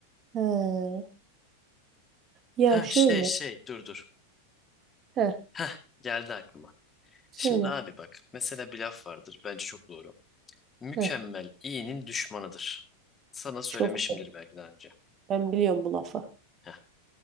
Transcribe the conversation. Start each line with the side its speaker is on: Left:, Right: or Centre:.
Right: He. Ya
Left: Ha
Right: şöyle.
Left: şey şey dur dur.
Right: He.
Left: Ha geldi aklıma.
Right: Söyle.
Left: Şimdi abi bak mesela bir laf vardır. Bence çok doğru. mükemmel
Right: Heh,
Left: iyinin düşmanıdır. Sana söylemişimdir
Right: çok doğru.
Left: belki daha önce.
Right: Ben biliyorum bu lafı.
Left: Heh.